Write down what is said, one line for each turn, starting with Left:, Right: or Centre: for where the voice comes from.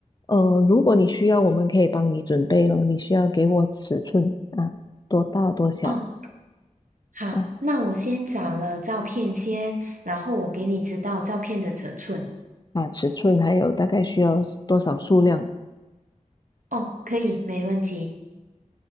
Left: 呃，如果你需要，我们可以帮你准备咯。你需要给我尺寸啊，多大多小
Right: 哦，好，
Left: 啊？
Right: 那我先找了照片先，然后我给你知道照片的尺寸。
Left: 啊尺寸，还有大概需要多少数量。
Right: 哦，可以，没问题。